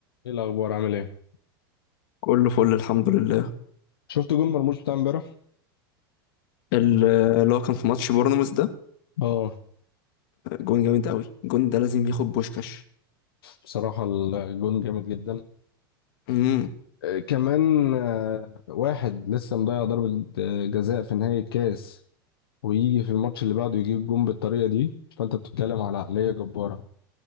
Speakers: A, on the left; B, on the left.
A: ايه الاخبار عامل ايه
B: كله فل الحمد لله
A: شفت جون مرموش بتاع امبارح
B: ال- اللي هو كان في ماتش بورنموث ده
A: اه
B: جون جامد قوي الجون ده لازم ياخد بوشكاش
A: بصراحه الجون جامد جدا
B: امم
A: آه، كمان آه، واحد لسه مضيع ضربه آه، جزاء في نهايه الكاس ويجي في الماتش اللي بعده يجيب جون بالطريقه دي فانت بتتكلم على عقليه جباره